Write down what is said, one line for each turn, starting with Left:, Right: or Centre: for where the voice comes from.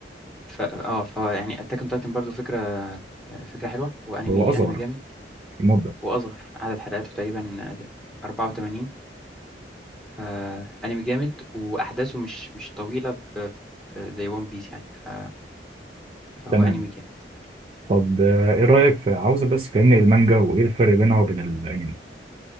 Centre: ف اه فيعني اتاك اون تايتن برضو فكره آه، فكره حلوه وانمي
Right: هو اصغر
Centre: انمي جامد
Right: في المده
Centre: واصغر عدد حلقاته تقريبا 84 فانمي جامد واحداثه مش مش طويله ب... ب- زي ون بيس يعني ف... فهو
Right: تمام
Centre: انمي جامد
Right: طب آه، ايه رايك في عاوزه بس فهمني المانجا وايه الفرق بينها وبين الانمي